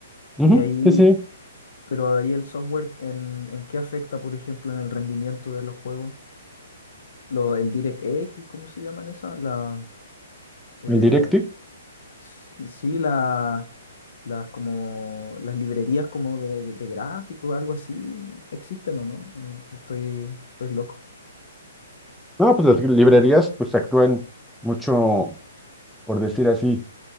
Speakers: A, in the centre; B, on the left (about 55°).
A: ujú,
B: Y ahí
A: sí, sí,
B: Pero ahí el software, ¿en, en qué afecta, por ejemplo, en el rendimiento de los juegos? Lo, el DirectX, ¿cómo se llaman esas? La, eh,
A: el Directive.
B: s- sí, la, las, como, las librerías como de, de gráficos, algo así, ¿existen o no? ¿O- o estoy, estoy loco?
A: No, pues las librerías pues actúan mucho, por decir así,